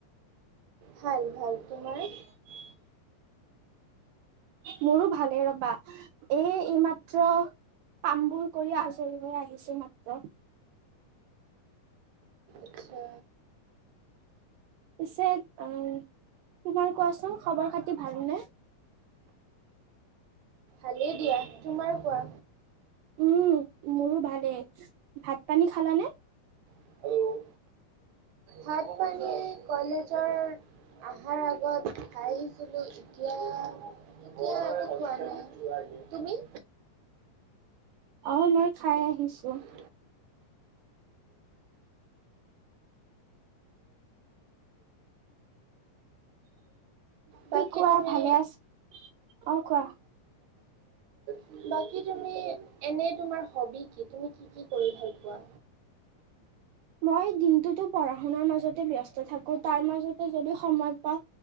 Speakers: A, on the right; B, on the right.
A: ভাল ভাল। তোমাৰ?
B: <inaudible> মোৰো ভালে ৰ'বা। এই এইমাত্ৰ কামবোৰ কৰি আজৰি হৈ আহিছো মাত্ৰ।
A: আচ্ছা
B: পিছে আহ তোমাৰ কোৱাচোন খবৰ খাতি ভালনে?
A: ভালেই দিয়া। তোমাৰ কোৱা?
B: উম মোৰো ভালেই। ভাত পানী খালানে?
A: কোৱা ভাত পানী কলেজৰ আহাৰ আগত খাই আহিছিলো এতিয়া এতিয়া একো খোৱা নাই। তুমি?
B: অ মই খাই আহিছো।
A: <unintelligible> বাকী
B: কোৱা
A: তুমি
B: ভালে আছ অ কোৱা
A: <unintelligible> বাকী তুমি এনে তোমাৰ হবি কি তুমি কি কি কৰি ভাল পোৱা?
B: মই দিনটোতো পঢ়া শুনাৰ মাজতে ব্যস্ত থাকো তাৰ মাজতে যদি সময় পাওঁ।